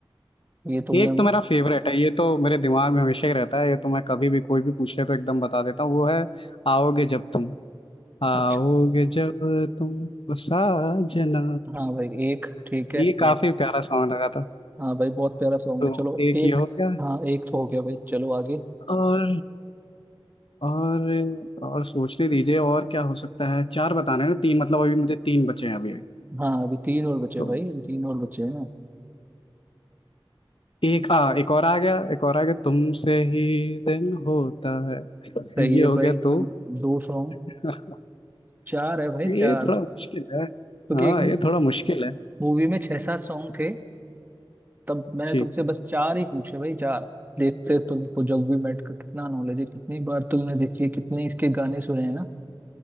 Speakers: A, on the right; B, on the left.
A: ये तुमने
B: एक तो मेरा फेवरेट है ये तो मेरे दिमाग में हमेशा ही रहता है ये तो मैं कभी भी कोई भी पूछ ले तो एकदम बता देता हूँ वो है आओगे जब तुम आओगे
A: अच्छा
B: जब तुम ओ साजना
A: हाँ भाई एक ठीक है
B: ये काफी
A: एक
B: प्यारा सॉन्ग लगा था
A: हाँ भाई बहुत प्यारा सॉन्ग
B: तो
A: है चलो
B: एक
A: एक
B: ये हो गया
A: हाँ एक तो हो गया भाई चलो आगे
B: और और और सोचने दीजिए और क्या हो सकता है चार बताने हैं ना तीन मतलब अभी मुझे तीन बचे हैं अभी अभी
A: हाँ अभी तीन और बचे
B: तो
A: भाई अभी तीन और बचे हैं
B: एक आ एक और आ गया एक और आ गया तुमसे ही दिन होता है <laughs>
A: सही
B: ये
A: है
B: हो
A: भाई
B: गया दो
A: हाँ दो सॉन्ग
B: <laughs>
A: चार है भाई
B: ये
A: चार
B: थोड़ा मुश्किल है
A: क्योंकि
B: हाँ
A: एक
B: ये थोड़ा मुश्किल है
A: मूवी में छह सात सॉन्ग थे तब मैंने
B: ठीक
A: तुमसे बस चार ही पूछे भाई चार देखते तुमको जब वी मेट का कितना नॉलेज है कितनी बार तुमने देखी है कितने इसके गाने सुने हैं ना